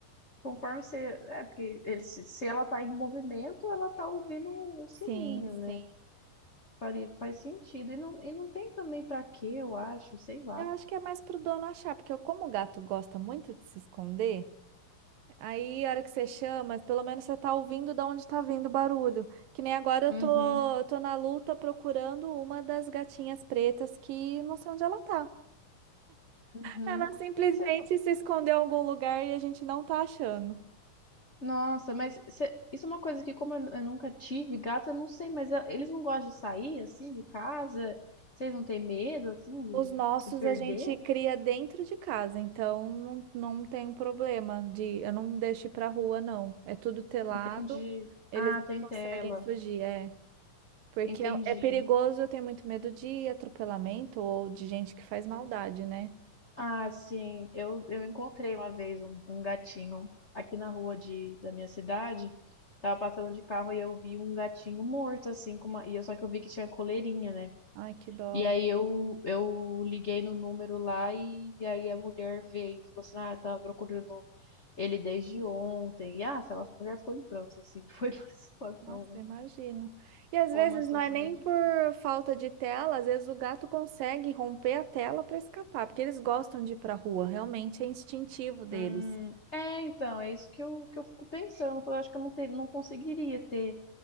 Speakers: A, on the left; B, on the right.
A: conforme você. É, porque ele, se, se ela tá em movimento, ela tá ouvindo o sininho,
B: Sim,
A: né?
B: sim.
A: faria, faz sentido. E não, e não tem também pra quê, eu acho, sei lá.
B: Eu acho que é mais pro dono achar, porque eu- como o gato gosta muito de se esconder, aí a hora que você chama, pelo menos você tá ouvindo da onde tá vindo o barulho. Que nem agora eu
A: Uhum,
B: tô, eu tô na luta procurando uma das gatinhas pretas que não sei onde ela tá.
A: uhum.
B: Ela simplesmente
A: E isso é
B: se escondeu em algum lugar e a gente não tá achando.
A: Nossa, mas você- isso é uma coisa que, como eu, eu nunca tive gato, eu não sei, mas eh, eles não gostam de sair, assim, de casa? Vocês não têm medo, assim, de
B: Os nossos
A: se perder?
B: a gente cria dentro de casa, então não, não tem um problema de eu não deixo ir pra rua, não. É tudo telado,
A: Entendi.
B: eles
A: Ah, tem
B: não conseguem
A: tela.
B: fugir, é. Porque
A: Entendi.
B: é, é perigoso, eu tenho muito medo de atropelamento ou de gente que faz maldade, né?
A: Ah, sim. Eu, eu encontrei uma vez um, um gatinho aqui na rua de, da minha cidade. Tava passando de carro e eu vi um gatinho morto, assim, com uma... e eu, só que eu vi que tinha coleirinha, né?
B: Ai, que dó.
A: E aí eu, eu liguei no número lá e, aí a mulher veio e falou assim, ah, eu tava procurando ele desde ontem. E, ah, sei lá, a mulher ficou em prantos, assim. <laughs> Foi uma situação,
B: Nossa, eu imagino. E às
A: foi
B: vezes
A: uma situação
B: não é nem
A: meio difícil.
B: por falta de tela, às vezes o gato consegue romper a tela para escapar, porque eles gostam de ir pra rua, realmente é instintivo deles.
A: Hum, é, então, é isso que eu, que eu fico pensando. Eu acho que eu não, ter, não conseguiria ter